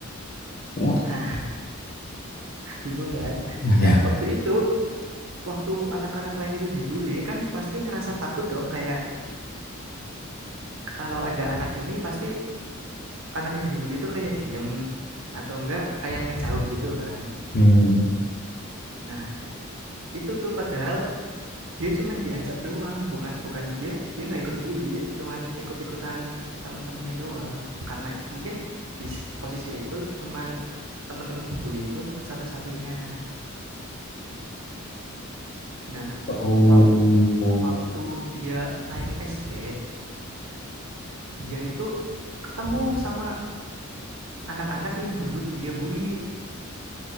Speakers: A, on the left; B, on the right.
A: what
B: Nah, bingung kan?
A: Nah, ya
B: Nah, waktu itu, waktu anak-anak lain itu dibully, kan pasti ngerasa takut dong kayak kalau ada anak ini pasti anak yang dibully itu kayak diem atau enggak kayak ngejauh gitu kan.
A: hmm.
B: Nah, itu tuh padahal Dia cuman diajak doang, bukan bukan dia dia nggak ikut bully, dia cuman ikut-ikutan teman-temannya doang. Karena mungkin di posisi itu cuman teman-teman pembuli itu teman satu-satunya. Nah,
A: oh
B: waktu
A: oh.
B: waktu dia naik SD, dia itu ketemu sama anak-anak yang dulu dia bully.